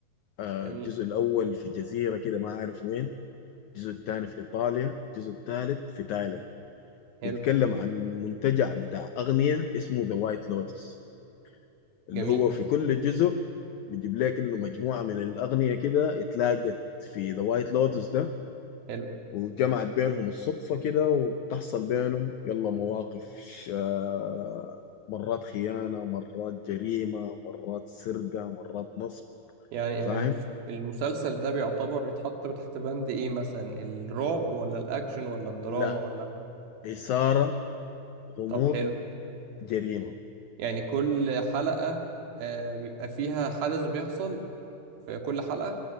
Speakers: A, on the left; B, on the right.
A: آه
B: جميل
A: الجزء الاول في جزيرة كده ما اعرف وين الجزء الثاني في ايطاليا الجزء الثالث في تايلاند
B: حلو
A: بيتكلم عن منتجع بتاع اغنية اسمه ذا وايت لوتس اللي
B: جميل
A: هو في كل جزء بيجيب لك انه مجموعه من الاغنيه كده اتلاقت في ذا وايت لوتس ده
B: حلو
A: وجمعت بينهم الصدفه كده وبتحصل بينهم يلا مواقف آه، مرات خيانه مرات جريمه مرات سرقه مرات نصب
B: يعني يعني
A: فاهم
B: المس- المسلسل ده بيعتبر يتحط تحت بند ايه مثلا الرعب ولا الاكشن ولا الدراما
A: لا
B: ولا
A: اثاره غموض
B: طب حلو
A: جريمه
B: يعني كل حلقه آه، بيبقى فيها حدث بيحصل في كل حلقة